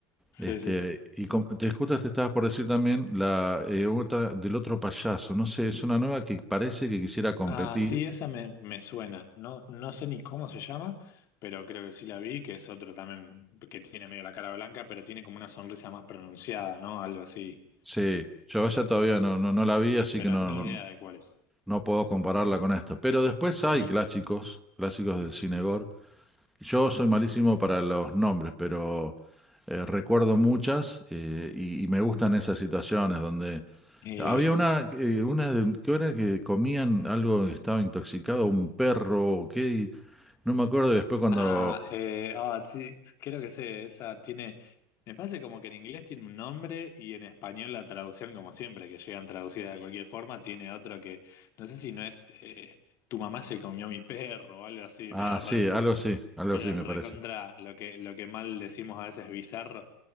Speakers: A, on the left; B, in the centre.
A: Sí,
B: Este,
A: sí.
B: y com- te justo te estabas por decir también la eh, otra del otro payaso. No sé, es una nueva que parece que quisiera competir.
A: Ah, sí, esa me, me suena. No, no sé ni cómo se llama, pero creo que sí la vi, que es otro también que tiene medio la cara blanca, pero tiene como una sonrisa más pronunciada, ¿no? Algo así.
B: Sí, yo esa todavía no, no, no la vi, así
A: Pero
B: que no,
A: ni
B: no-
A: idea de cuál es.
B: No puedo compararla con esto. Pero después hay
A: Mm.
B: clásicos, clásicos del cine gore. Yo soy malísimo para los nombres, pero eh, recuerdo muchas eh, y, y me gustan esas situaciones donde
A: Eh,
B: había una, eh, una de, que era que comían algo que estaba intoxicado, un perro, o qué, y no me acuerdo. y después cuando,
A: ah, eh, ah, sí, creo que sé, esa tiene. Me parece como que en inglés tiene un nombre y en español la traducción, como siempre, que llegan traducidas de cualquier forma, tiene otro que. No sé si no es eh, Tu mamá se comió mi perro o algo así,
B: ah,
A: medio
B: sí,
A: raro.
B: algo así, algo
A: Pero
B: así
A: es
B: me
A: recontra
B: parece.
A: lo que, lo que mal decimos a veces bizarro,